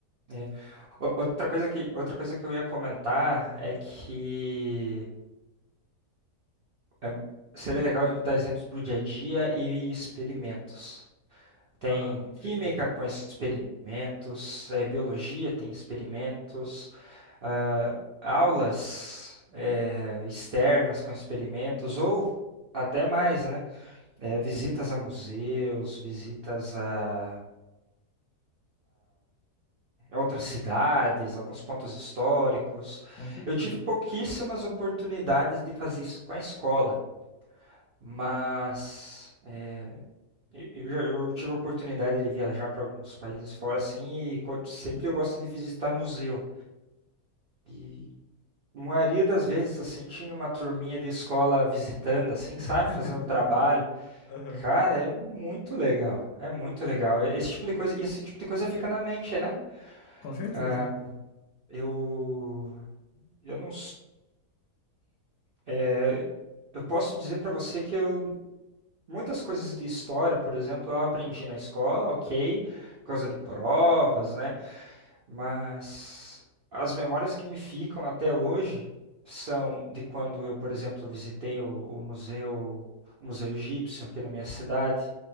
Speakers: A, on the right (about 70°); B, on the left (about 75°).
A: é. O- Outra coisa que, outra coisa que eu ia comentar é que é, seria legal dar exemplos para o dia a dia e experimentos. Tem
B: Ah, com certeza.
A: química com experimentos, eh, biologia tem experimentos, ah, aulas eh, externas com experimentos, ou até mais, né? Eh, visitas a museus, visitas a, outras cidades, alguns pontos históricos.
B: Com certeza.
A: Eu tive pouquíssimas oportunidades de fazer isso com a escola, mas é, eu, eu já- eu tive a oportunidade de viajar para alguns países fora, assim, e co- sempre eu gosto de visitar museu. E a maioria das vezes, assim, tinha uma turminha de escola visitando, assim, sabe,
B: <laughs>
A: fazendo trabalho.
B: Aham.
A: Cara, é muito legal, é muito legal. E- Esse tipo de coisa, esse tipo de coisa fica na mente, né?
B: Com certeza.
A: Ah, eu, eu não É, eu posso dizer para você que eu, muitas coisas de história, por exemplo, eu aprendi na escola, ok, por causa de provas, né? Mas as memórias que me ficam até hoje são de quando eu, por exemplo, visitei o, o museu, o Museu Egípcio aqui na minha cidade,